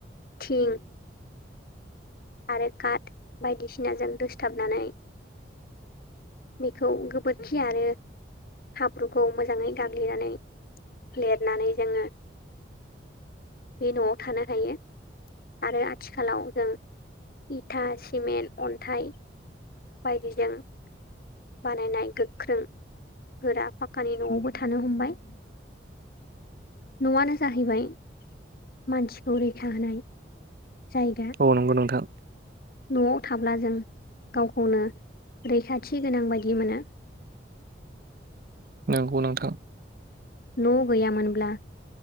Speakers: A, on the left; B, on the right.
A: थिं आरो काट बायदिसिनाजों दोसथाबनानै बेखौ गोबोरखि आरो हाब्रुखौ मोजाङै गाग्लिनानै लिरनानै जोङो बे न'आव थानो हायो आरो आथिखालाव जों इथा, सिमेन्ट, अन्थाइ बायदिजों बानायनाय गोख्रों गोरा पाकानि न'आवबो थानो हमबाय। न'आनो जाहैबाय मानसिखौ रैखा होनाय जायगा।
B: ओ नोंगौ नोंथां।
A: न'आव थाब्ला जों गावखौनो रैखाथि गोनां बायदि मोनो। <inaudible>
B: नंगौ नोंथां।
A: न' गैयामोनब्ला